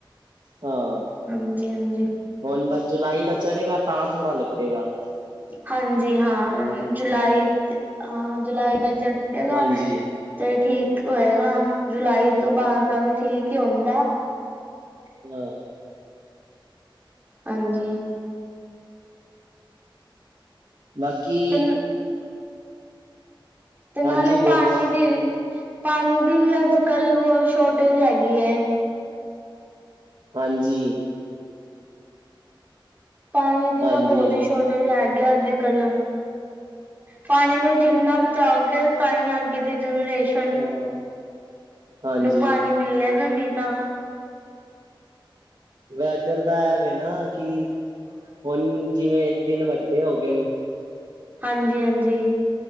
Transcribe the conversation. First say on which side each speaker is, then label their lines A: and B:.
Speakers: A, on the right; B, on the right.
A: ਹਾਂ
B: ਹਾਂਜੀ ਹਾਂਜੀ
A: ਹੁਣ ਬਸ ਜੁਲਾਈ ਦਾ ਚੜ੍ਹੇਗਾ ਤਾਂ ਥੋੜ੍ਹਾ ਲੱਗੇਗਾ।
B: ਹਾਂਜੀ, ਹਾਂ ਜੁਲਾਈ ਹਾਂ ਜੁਲਾਈ ਦਾ ਚੱਡੇਗਾ
A: ਹਾਂਜੀ
B: ਤੇ ਠੀਕ ਹੋਏਗਾ, ਜੁਲਾਈ ਤੋਂ ਬਾਹਰ ਦਾ ਵੀ ਠੀਕ ਹੀ ਹੁੰਦਾ।
A: ਹੂੰ,
B: ਹਾਂਜੀ,
A: ਬਾਕੀ
B: ਤੇ ਤੇ ਨਾਲੇ
A: ਹਾਂਜੀ
B: ਪਾਨੀ
A: ਬੋਲੋ
B: ਦੀ ਵੀ ਪਾਣੀ ਦੀ ਵੀ ਅੱਜ-ਕੱਲ੍ਹ ਸ਼ੋਰਟੇਜ ਹੈਗੀ ਐ।
A: ਹਾਂਜੀ,
B: ਪਾਣੀ ਦੀ
A: ਹਾਂਜੀ
B: ਤਾਂ ਬਹੁਤ ਹੀ ਸ਼ੋਰਟੇਜ ਹੈਗੀ। ਅੱਜ-ਕੱਲ ਪਾਣੀ ਨੂੰ ਜਿੰਨਾ ਬਚਾਓਗੇ, ਤਾਂ ਹੀ ਅੱਗੇ ਦੀ ਜਨਰੇਸ਼ਨ
A: ਹਾਂ ਹਾਂਜੀ
B: ਨੂੰ ਪਾਣੀ ਮਿਲਿਆ ਗਾ ਨੀ, ਤਾਂ
A: ਵੈਦਰ ਤਾਂ ਐਵੇ ਨਾ ਕਿ ਹੁਣ ਜਿਵੇਂ ਦਿਨ ਵੱਡੇ ਹੋ ਗਏ ਨੂੰ
B: ਹਾਂਜੀ-ਹਾਂਜੀ,